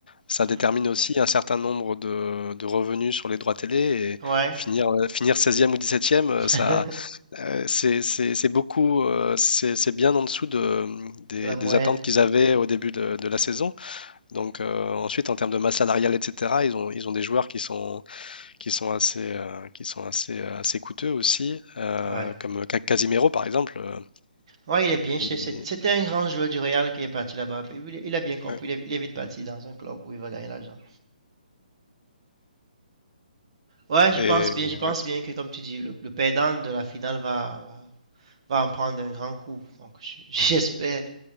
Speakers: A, on the left; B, on the right.
A: ça
B: mhm.
A: détermine aussi un certain nombre de, de revenus sur les droits télé. Et
B: Ouais,
A: finir, euh, finir seizième ou dix septième
B: <laughs>
A: euh, ça, euh, c'est c'est- c'est beaucoup, euh, c'est c'est bien en dessous de, des,
B: la
A: des
B: moyenne.
A: attentes qu'ils avaient au début de de la saison. Donc euh, ensuite, en termes de masse salariale, etc., ils ont, ils ont des joueurs qui sont, qui sont assez, euh, qui sont assez, assez coûteux aussi, euh,
B: Ouais.
A: comme Ca- Casimiro par exemple. euh,
B: Ouais, il est bien. C'était
A: il est-
B: un grand joueur du Real qui est parti là-bas. Il, il a bien compris.
A: ouais.
B: Il est, il est vite parti dans un club où il va gagner l'argent. Ouais, je
A: Et
B: pense bien. Je pense bien que, comme tu dis, le, le perdant de la finale va, va, va en prendre un grand coup. Donc, je- <laughs> j'espère